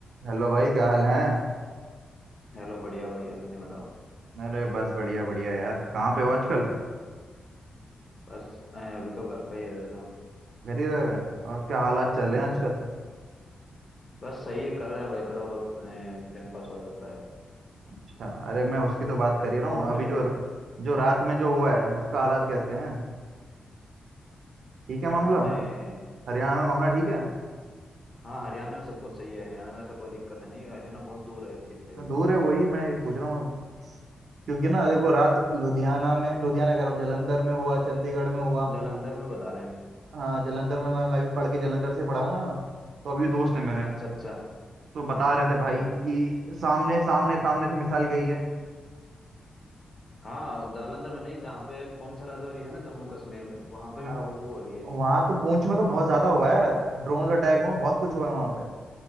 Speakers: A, on the right (about 75°); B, on the left (about 30°).
A: हेलो भाई क्या हाल है
B: Hello बढ़िया भाई अपने बताओ
A: अरे बस बढ़िया बढ़िया यार कहाँ पे हो आजकल
B: बस अ, अभी तो घर पे ही रहता
A: घर ही रह रहे हैं और क्या हालात चल
B: हाँ
A: रहे हैं
B: जी
A: आजकल
B: बस सही है कर रहे हैं भाई थोड़ा बहुत टाइम पास हो जाता है
A: अच्छा अरे मैं उसकी तो बात कर ही रहा
B: घूम
A: हूँ अभी
B: फिर
A: जो
B: के
A: जो रात में जो हुआ है उसका हालात कैसे हैं ठीक है
B: रात
A: मामला
B: में
A: ह- हरियाणा में मामला ठीक है
B: हाँ हरियाणा में सब कुछ सही है हरियाणा में ऐसा कोई दिक्कत नहीं है हरियाणा बहुत दूर है इस चीज से अभी
A: दूर
B: तो
A: है वही मैं पूछ रहा हूँ क्योंकि ना देखो रात लुधियाना में लुधियाना कह रहा हूँ जलंधर में हुआ चंडीगढ़ में हुआ
B: जालंधर में बता रहे हैं
A: हाँ जलंधर में मैं मैं भी पढ़ के जलंधर से पढ़ा हूँ ना मैं तो अभी दोस्त है मेरे
B: अच्छा अच्छा
A: तो बता रहे थे
B: अच्छा
A: भाई कि सामने सामने सामने से मिसाइल गई है
B: हाँ जालंधर में नहीं जहाँ पे पुंछ राजौरी है ना जम्मू कश्मीर में वहां पे
A: हाँ
B: भी बहुत वो हो रही है
A: वहां तो पूंछ में तो
B: वहां
A: बहुत ज्यादा
B: पे तो
A: हुआ है ड्रोन अटैक हुआ बहुत कुछ हुआ है वहां पे